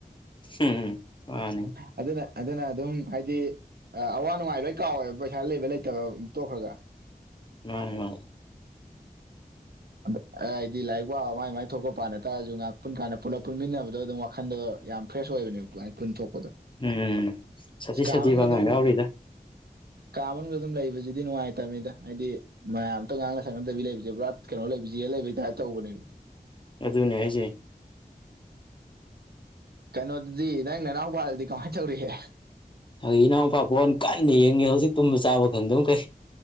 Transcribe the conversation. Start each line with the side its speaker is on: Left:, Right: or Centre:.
Left: ꯎꯝ ꯃꯥꯅꯤ
Right: ꯑꯗꯨꯅ ꯑꯗꯨꯅ ꯑꯗꯨꯝ ꯍꯥꯏꯗꯤ ꯑꯋꯥ ꯅꯨꯡꯉꯥꯏ ꯂꯣꯏ ꯀꯥꯎꯋꯦꯕ ꯄꯩꯁꯥ ꯂꯩꯕ ꯂꯩꯇꯕ ꯇꯣꯛꯈ꯭ꯔꯒ
Left: ꯎꯝ
Right: ꯗ ꯑꯗꯤ ꯂꯥꯛ ꯋꯥ ꯃꯥꯏ ꯃꯥꯏ ꯊꯣꯛꯄ ꯄꯥꯟꯅ ꯇꯔꯁꯨ ꯉꯥꯏꯥꯛ ꯄꯨꯟ ꯀꯥꯟꯗ ꯄꯨꯂꯞ ꯄꯨꯟꯃꯤꯟꯅꯕꯗꯣ ꯑꯗꯨꯝ ꯋꯥꯈꯜꯗ ꯌꯥꯝ ꯐ꯭ꯔꯦꯁ ꯑꯣꯏꯕꯅꯦ ꯄꯨꯟ ꯊꯣꯛꯄ
Left: ꯎꯝ ꯁꯥꯊꯤ
Right: ꯀꯥꯃꯟꯒ
Left: ꯁꯥꯊꯤꯕ ꯑꯉꯥꯡ
Right: ꯑꯗꯨꯝ
Left: ꯌꯥꯎꯔꯤꯗ
Right: ꯀꯥꯃꯟꯒ ꯑꯗꯨꯝ ꯂꯩꯕꯁꯤ ꯍꯥꯏꯗꯤ ꯅꯨꯡꯉꯥꯏꯇꯕꯅꯤꯗ ꯍꯥꯏꯗꯤ ꯃꯌꯥꯝ ꯑꯝꯇ ꯉꯥꯡꯅ ꯁꯅꯕ ꯂꯩꯕꯁꯦ ꯄꯨꯔꯥ ꯀꯩꯅꯣ ꯂꯩꯕ ꯖꯦꯜ ꯂꯩꯕꯩ ꯇꯏ ꯇꯧꯕꯅꯦꯕ
Left: ꯑꯗꯨꯅꯦ ꯍꯥꯏꯁꯦ
Right: ꯀꯩꯅꯣꯗꯨꯗꯤ ꯅꯪ ꯅꯅꯥꯎ ꯄꯗꯨꯗꯤ ꯀꯃꯥꯏ ꯇꯧꯔꯤꯍꯦ
Left: ꯑꯩ ꯏꯅꯥꯎꯄꯥ ꯐꯣꯟ ꯀꯟꯅ ꯌꯦꯡꯉꯤ ꯍꯧꯖꯤꯛ ꯇꯨꯝꯕ ꯆꯥꯕ ꯈꯪꯗ ꯑꯃ ꯀꯩ